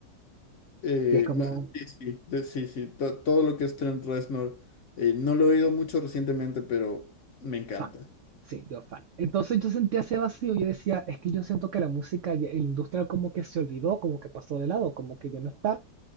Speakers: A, on the left; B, on the right.
A: Eh,
B: que es como
A: ma- sí, sí, de- sí, sí, to- todo lo que es Trent Reznor, eh, no lo he oído mucho recientemente, pero me encanta.
B: fan. Sí, yo fan. Entonces yo sentía ese vacío. Yo decía, es que yo siento que la música, ya- el industrial como que se olvidó, como que pasó de lado, como que ya no está.